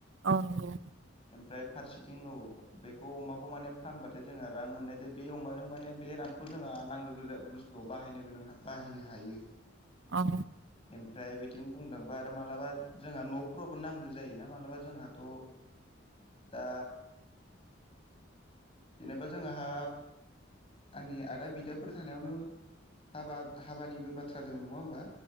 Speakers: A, on the right; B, on the left.
A: औ नंगौ।
B: ओमफ्राय फारसेथिं औ बेखौ अमाखौ माने फानबाथाय जोंहा रां मोननाय दे बे अमाजों माने बे रांखौ खौ जोंहा नांगौ गोजा बुस्थुआव बाहायनो गोनां बाहायनो हायो।
A: औ
B: ओमफ्राय बेथिं बुंथांबा आरो मालाबा जोंहा न'फोरावबो नांगो जायोना मालाबा जोंहाथ' दा जेनेबा जोंहा आंनि आदा बिदाफोर थानायावनो हाबा हाबानिबो बाथ्रा दों नङा होमबा?